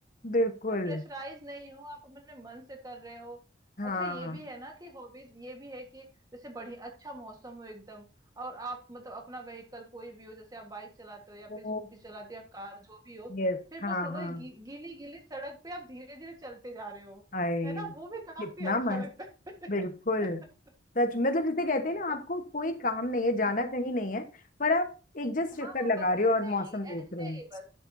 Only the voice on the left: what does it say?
बिल्कुल
हाँ
ओ
यस
हाँ
हाँ
आए
कितना
मस्त
बिल्कुल
सच मतलब जिसे कहते हैं
ना
आपको कोई काम नहीं है जाना
कहीं नहीं है पर आप एक जस्ट चक्कर
लगा
रहे
हो और मौसम
देख
रहे हो